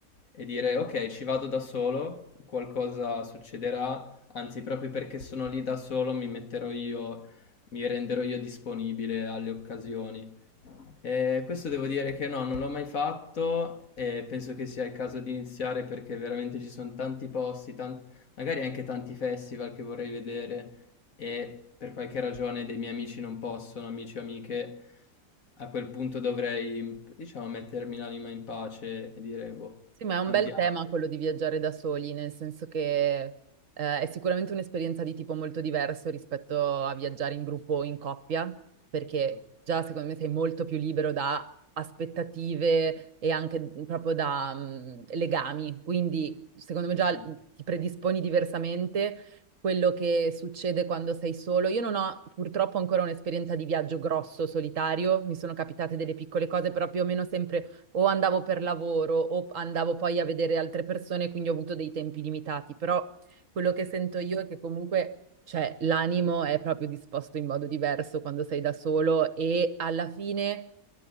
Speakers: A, on the left; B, on the right.
A: e dire ok, ci vado da solo, qualcosa succederà, anzi proprio perché sono lì da solo mi metterò io, mi renderò io disponibile alle occasioni. Eh, questo devo dire che no, non l'ho mai fatto e penso che sia il caso di iniziare perché veramente ci sono tanti posti, tan- magari anche tanti festival che vorrei vedere e per qualche ragione dei miei amici non possono, amici o amiche, a quel punto dovrei, diciamo, mettermi l'anima in pace e dire, boh,
B: Sì, ma è un
A: andiamo.
B: bel tema quello di viaggiare da soli, nel senso che eh, è sicuramente un'esperienza di tipo molto diverso rispetto a viaggiare in gruppo o in coppia, perché
A: Assolutamente
B: già secondo me sei molto più libero da aspettative e anche mhmm, proprio da mh, legami, quindi secondo me già
A: sì.
B: ti predisponi diversamente. Quello che succede quando sei solo. Io non ho purtroppo ancora un'esperienza di viaggio grosso, solitario, mi sono capitate delle piccole cose, però più o meno sempre o andavo per lavoro o andavo poi a vedere altre persone, quindi ho avuto dei tempi limitati, però quello che sento io è che comunque, cioè, l'animo è proprio disposto in modo diverso quando sei da solo e alla fine